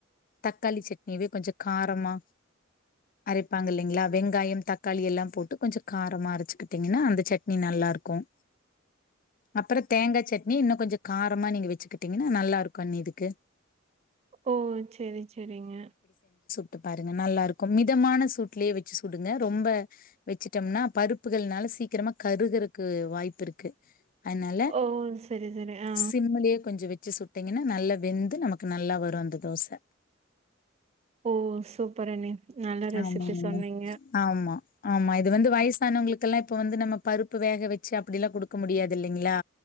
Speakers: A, on the left; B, on the right.
A: தக்காளி சட்னியவே கொஞ்ச காரமா அரைப்பாங்க இல்லைங்களா வெங்காயம் தக்காளி எல்லாம் போட்டு கொஞ்சம் காரமா அரைச்சுக்கிட்டீங்கன்னா அந்த சட்னி நல்லா இருக்கும் அப்புறம் தேங்கா சட்னி இன்னும் கொஞ்சம் காரமா நீங்க வச்சுக்கிட்டீங்கன்னா நல்லா இருக்கும் அண்ணி இதுக்கு
B: ஓ சேரி சேரிங்க
A: ட்டு பாருங்க நல்லா இருக்கு மித் மிதமான சூட்லயே வச்சு சுடுங்க ரொம்ப வச்சுட்டோம்னா பருப்புகள்னால சீக்கிரமா கருகறக்கு வாய்ப்பு இருக்கு அதனால
B: ஓ! சரி, சரி. ஆ.
A: சிம்முலே கொஞ்ச வச் வச்சு சுட்டீங்கன்னா நல்ல வெந்து நமக்கு நல்லா வரும் அந்த தோசை
B: ஓ சூப்பர் அண்ணி நல்ல ரெசிபி
A: ஆமாங் அண்ணி
B: சொன்னீங்க.
A: ஆமா ஆமா இது வந்து வயஸ் வங்களுககெல்லா இப்ப வந்து நம்ம பருப்பு வேக வச்சு அப்ப எல்லா கொடுக்க முடியாது இல்லங்களா